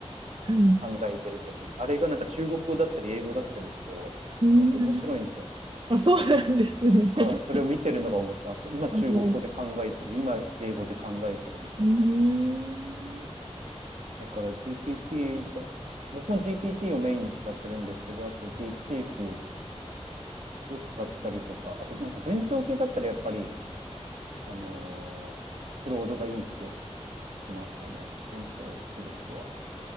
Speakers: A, on the right; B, on the right.
A: はい。う
B: 考えてるときに。あれがなんか中国語だったり英語だったりして、
A: ーん
B: なんか面白いんですよね。
A: あ、そうなんですね。
B: はい。
A: <laughs>
B: それを見てるのが面白い。あこ今中国語で考えてる。
A: あの、
B: 今英語で考えてるみたい
A: うーん。
B: な。だから GPT だ、僕も GPT をメインに使ってるんですけど、あとディープシークを使ったりとか、あとなんか文章系だったらやっぱり、あのークロードがいいって聞きましたね。文章を作る人は。